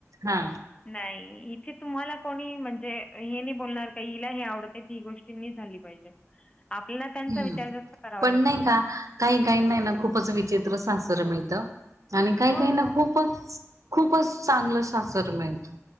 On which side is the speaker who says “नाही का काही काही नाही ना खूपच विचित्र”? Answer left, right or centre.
Right